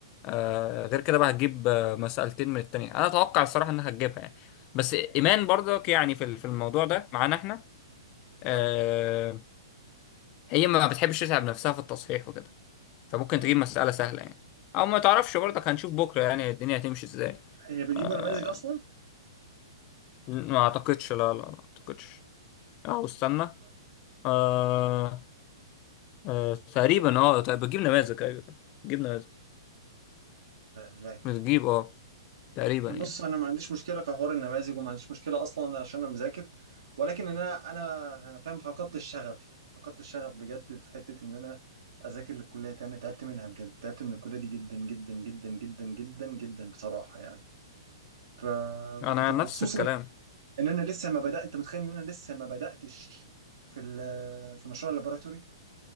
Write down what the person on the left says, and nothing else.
آه غير كده بقى هتجيب آه، مسألتين من التانية انا اتوقع الصراحة انها هتجيبها يعني بس ايمان برضك يعني في ال- في الموضوع ده معانا احنا
آه هي ما بتحبش تتعب نفسها في التصحيح وكده فممكن
تجيب مسألة سهلة يعني أو ما تعرفش برضك هنشوف بكرة يعني الدنيا هتمشي إزاي
آه
ما أعتقدش لا لا ما أعتقدش أو استنى
آه آه تقريبا أه طيب بتجيب نماذج أيوه بتجيب نماذج
بتجيب أه تقريبا
يعني
أنا
نفس الكلام